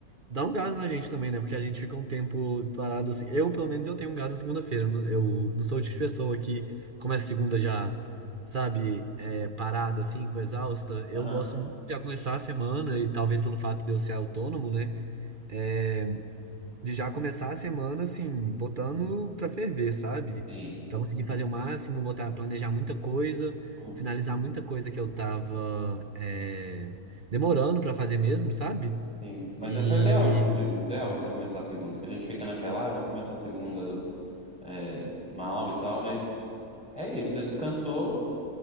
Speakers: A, on the right; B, in the centre.
A: Dá um gás na gente também, né? Porque a gente fica um tempo parado assim. Eu, pelo menos, eu tenho um gás na segunda-feira. Eu, não eu não sou o tipo de pessoa que começa segunda já, sabe, é, parada, assim, com exausta. Eu
B: Aham,
A: gosto muito de já começar a semana, e talvez pelo fato de eu ser autônomo, né? é, de já começar a semana, assim, botando pra ferver, sabe?
B: sim.
A: Pra conseguir
B: Hum,
A: fazer o máximo, botar, planejar muita coisa,
B: hum,
A: finalizar muita coisa que eu tava, é, demorando pra fazer mesmo, sabe?
B: Sim. Mas
A: E
B: esse é o ideal, o je- o ideal para começar a segunda, que a gente fica naquela, ah, vamos começar a segunda é, mal e tal, mas é isso, você descansou,